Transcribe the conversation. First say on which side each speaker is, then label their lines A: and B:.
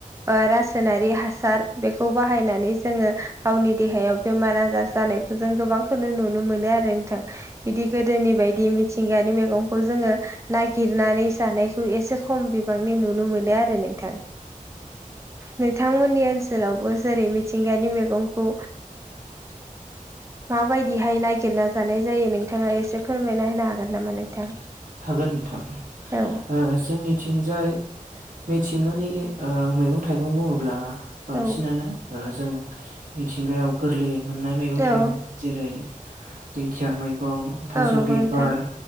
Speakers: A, on the right (about 20°); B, on the right (about 65°).
A: रासायनारि हासार बेखौ बाहायनानै जोङो गावनि देहायाव बेमार आजार जानायखौ जों गोबांखौनो नुनो मोनो आरो नोंथां बिदि गोदोनि बायदि मिथिंगानि मैगंखौ जोङो नागिरनानै जानाय थ एसे खम बिबांनि नुनो मोनो आरो नोंथां नोंथांमोननि ओनसोलावबो जेरै मिथिंगानि मैगंखौ माबायदिहाय नागिरना जानाय जायो नोंथाङा एसे फोरमायना होनो हागोन नामा नोंथां
B: हागोन नोंथां
A: औ
B: ओ जोंनिथिंजाय मिथिं मैगं थाइगं बुङोब्ला बांसिनानो
A: औ
B: जों मिथिंगायाव गोरलै मोननाय मैगं
A: औ
B: थाइगं जेरै दिंखिया मैगं थास'
A: औ नंगौ
B: बिबार
A: नोंथां